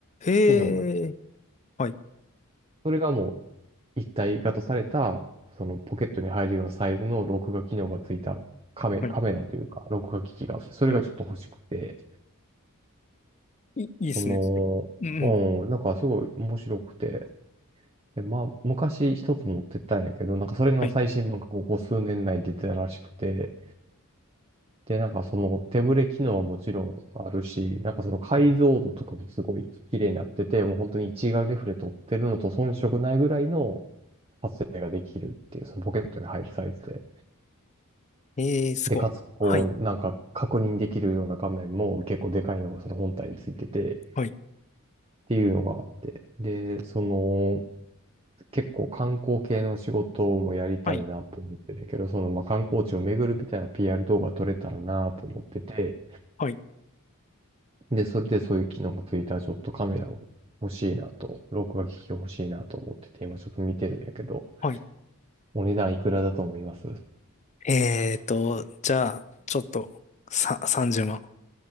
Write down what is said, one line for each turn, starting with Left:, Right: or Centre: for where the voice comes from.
Left: へえ、
Right: 機能な。
Left: はい、
Right: それがもう一体型された、そのポケットに入るようなサイズの録画機能がついたカメ、
Left: はい。
Right: カメラというか、録画機器があって、それがちょっと欲しくて、
Left: うん、いい、いっすね、
Right: そ
Left: それは。うん、うん。
Right: の、うん、なんかすごい面白くて、で、まあ、昔一つ持ってたんやけど、なんかそれの最新版がここ数年内に出てたらしくて、
Left: はい。
Right: で、なんかその手ブレ機能はもちろんあるし、なんかその解像度とかもすごい綺麗になってて、もう本当に一眼レフで撮ってるのと遜色ないぐらいの撮影ができるっていう、そのポケットに入るサイズで。
Left: えー、すごい。
Right: で、かつ、こう、
Left: はい、
Right: なんか確認できるような画面も結構でかいのがその本体についてて、っ
Left: はい、
Right: ていうのがあって。で、その、結構観光系の仕事もやりたいなと思ってるんやけど、
Left: はい、
Right: そのまあ観光地を巡るみたいな PR 動画撮れたらなと思ってて、
Left: はい、
Right: で、それでそういう機能がついたらちょっとカメラを欲しいなと、録画機器が欲しいなと思ってて、今ちょっと見てるんやけど、
Left: はい。
Right: お値段いくらだと思います
Left: えーと、じゃあ、ちょっと、さ、30万。